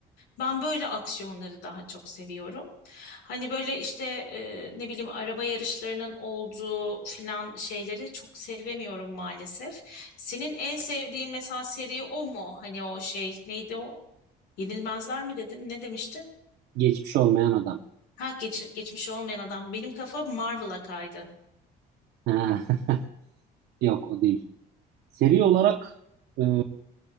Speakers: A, on the left; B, on the right.
A: Ben böyle aksiyonları daha çok seviyorum. Hani böyle işte e, ne bileyim araba yarışlarının olduğu filan şeyleri çok sevemiyorum maalesef. Senin en sevdiğin mesela seri o mu? Hani o şey neydi o? Yenilmezler mi dedin? Ne demiştin?
B: Geçmiş Olmayan Adam.
A: Ha geç, geçmiş olmayan adam. Benim kafa Marvel'a kaydı.
B: Ha. <laughs> Yok o değil. Seri olarak e,